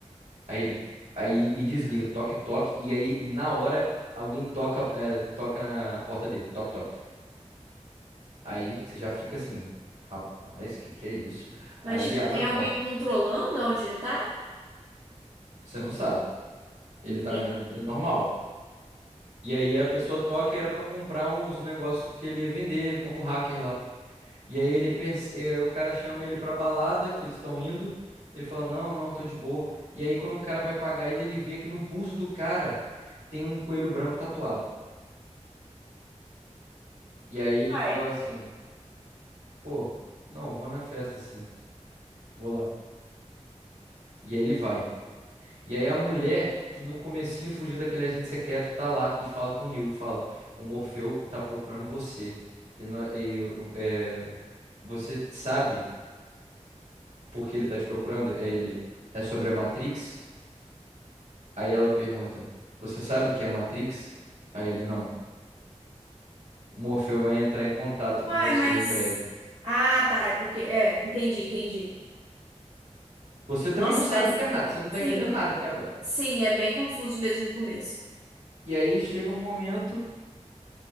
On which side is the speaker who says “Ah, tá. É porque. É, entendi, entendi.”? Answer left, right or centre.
Right